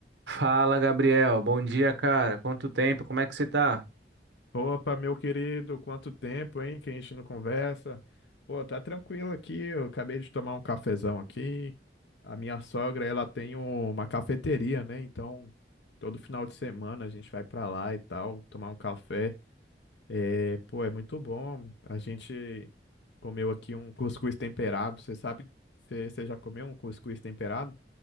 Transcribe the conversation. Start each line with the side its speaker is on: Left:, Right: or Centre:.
Right: Fala, Gabriel. Bom dia, cara. Quanto tempo? Como é que você tá?
Left: Opa, meu querido, quanto tempo, hein, que a gente não conversa. Pô, tá tranquilo aqui, eu acabei de tomar um cafezão aqui. A minha sogra, ela tem um, uma cafeteria, né? Então, todo final de semana a gente vai pra lá e tal, tomar um café. É, pô, é muito bom. A gente comeu aqui um cuscuz temperado. Você sabe, você você já comeu um cuscuz temperado?